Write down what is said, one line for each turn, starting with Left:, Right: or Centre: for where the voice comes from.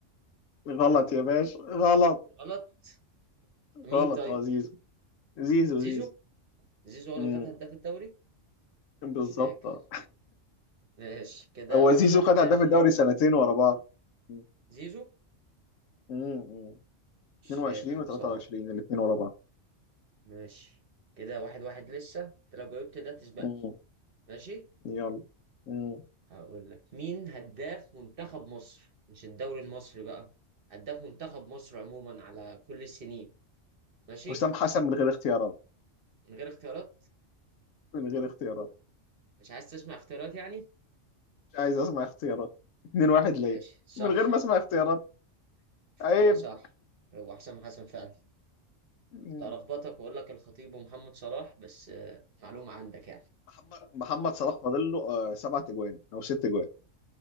Left: غلط يا باشا غلط
Right: غلط مين
Left: غلط
Right: طيب
Left: اه زيزو زيزو
Right: زيزو زيزو هو
Left: زيزو
Right: اللي خد هداف الدوري
Left: بالظبط
Right: مش فاكر
Left: آه.
Right: ماشي كده
Left: هو
Right: واحد
Left: زيزو
Right: واحد
Left: خد
Right: زي
Left: هداف
Right: ما احنا
Left: الدوري
Right: قلنا
Left: سنتين ورا بعض مم.
Right: زيزو
Left: مم.
Right: مش
Left: 22
Right: فاكر بصراحه
Left: و23 الاثنين ورا بعض
Right: ماشي كده واحد واحد لسه انت لو جاوبت ده تسبقني
Left: مم.
Right: ماشي
Left: يلا مم.
Right: هقول لك مين هداف منتخب مصر مش الدوري المصري بقى هداف منتخب مصر عموما على كل السنين ماشي
Left: حسام حسن من غير اختيارات
Right: من غير اختيارات
Left: من غير اختيارات
Right: مش عايز تسمع اختيارات يعني
Left: مش عايز اسمع اختيارات 2 1
Right: ماشي
Left: ليه
Right: صح
Left: من غير ما اسمع اختيارات عيب
Right: هي صح هو حسام حسن فعلا
Left: مم.
Right: كنت هلخبطك واقول لك الخطيب ومحمد صلاح بس آه، معلومة عندك يعني
Left: محمد محمد صلاح فاضل له آه، سبع تجوان او ست تجوان